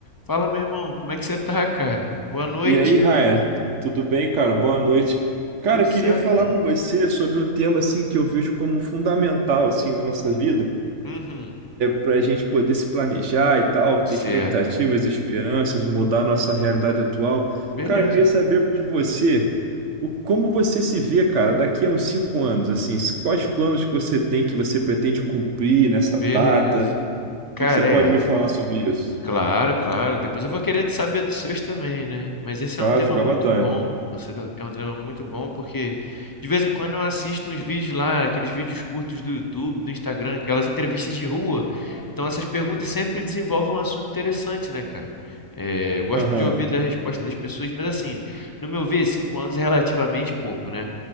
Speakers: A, on the left; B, on the right.
A: Fala, meu irmão, como é que você tá, cara? Boa noite.
B: E aí, Raia, tudo bem, cara? Boa noite. Cara,
A: Tudo
B: eu
A: certo,
B: queria falar
A: cara?
B: com você sobre um tema assim que eu vejo como fundamental assim na nossa vida,
A: Uhum,
B: para a gente poder se planejar e tal, ter
A: certo.
B: expectativas, esperanças, mudar nossa realidade atual.
A: Beleza,
B: Cara, eu queria saber de você o como você se vê, cara, daqui a uns cinco anos, assim, quais planos que você tem que você pretende cumprir nessa
A: beleza.
B: data?
A: Cara,
B: O que que você pode
A: é.
B: me falar sobre isso?
A: Claro, claro. Depois eu vou querer saber dos seus também, né? Mas esse
B: Cara,
A: é um tema
B: fica
A: muito
B: à vontade.
A: bom. Nossa, é um tema muito bom porque de vez em quando eu assisto uns vídeos lá, aqueles vídeos curtos do YouTube, do Instagram, aquelas entrevistas de rua. Então essas perguntas sempre desenvolvem um assunto interessante, né, cara? É, eu gosto
B: Aham,
A: de ouvir da resposta das pessoas, mas assim, no meu ver, cinco anos é relativamente pouco, né?